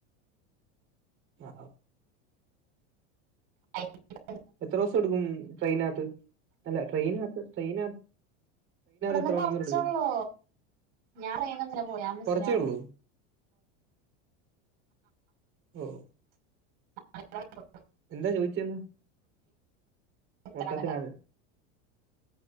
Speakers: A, on the right; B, on the right.
A: ആ..
B: <inaudible>
A: എത്ര ദിവസം എടുക്കും ട്രെയിനകത്ത്? അല്ല ട്രെയിനകത്ത്, ട്രെയിനകത്ത്.
B: ഇവിടുന്ന്
A: എത്ര
B: കുറച്ചേ
A: മണിക്കൂർ എടുക്കും
B: ഉള്ളൂ, ഞാൻ ട്രെയിൻ ഇല്ല പൊന്നെ ബസ്സിന്.
A: കുറച്ചേ ഉള്ളൂ <inaudible> ഓ.
B: <inaudible> <inaudible>
A: എന്താ ചോദിച്ചത്, എന്താ
B: എത്ര
A: മട്ടത്തെ
B: അങ്ങനെ
A: ആ...